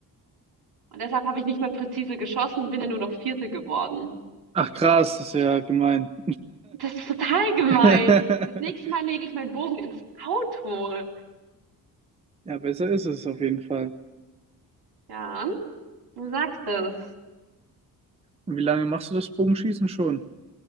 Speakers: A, on the right; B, on the right.
A: Und deshalb habe ich nicht mehr präzise geschossen, bin ja nur noch Vierte geworden.
B: Ach krass, das ist ja gemein.
A: Das ist total gemein.
B: <laughs>
A: Das nächste Mal lege ich meinen Bogen ins Auto.
B: Ja, besser ist es auf jeden Fall.
A: Ja, du sagst es,
B: Und wie lange machst du das Bogenschießen schon?